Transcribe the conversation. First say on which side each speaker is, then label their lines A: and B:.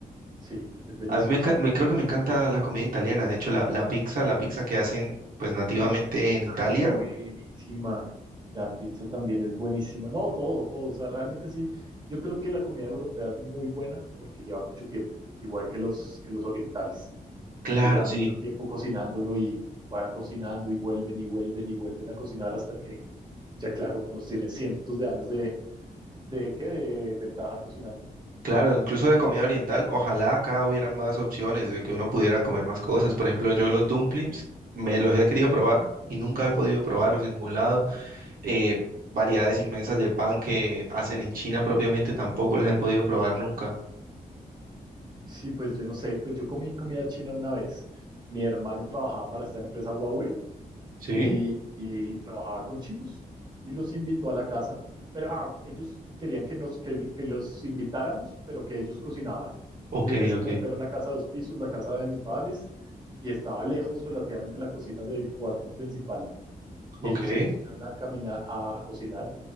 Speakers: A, on the right; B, on the right.
A: Sí, es delicioso.
B: A mí me, enca- me- creo que me encanta la comida italiana. De hecho, la, la pizza, la pizza que hacen pues nativamente
A: La pizza
B: en Italia,
A: es buenísima. La pizza también es buenísima. No, todo, todo. O sea, realmente sí. Yo creo que la comida europea es muy buena porque lleva mucho tiempo, igual que los, que los orientales,
B: claro,
A: porque llevan
B: sí.
A: mucho tiempo cocinándolo y van cocinando y vuelven y vuelven y vuelven a cocinar hasta que, ya claro, nos tienen cientos de años de, de, ¿qué? de ventaja cocinando.
B: Claro, incluso de comida oriental, ojalá acá hubiera más opciones, de que uno pudiera comer más cosas. Por ejemplo, yo los dumplings me los he querido probar y nunca he podido probarlos en ningún lado. eh, variedades inmensas de pan que hacen en China propiamente, tampoco las he podido probar nunca.
A: Sí, pues yo no sé. Pues yo comí comida china una vez. Mi hermano trabajaba para esta empresa Huawei.
B: ¿Sí?
A: y, y trabajaba con chinos y los invitó a la casa. Pero ah, ellos querían que, nos, que, que los invitáramos, pero que ellos cocinaban.
B: Ok,
A: Y en ese
B: ok,
A: momento era una casa de dos pisos, la casa de mis padres, y estaba lejos relativamente la cocina del cuarto principal. Y
B: ok.
A: ellos se pusieron a caminar, a, a cocinar,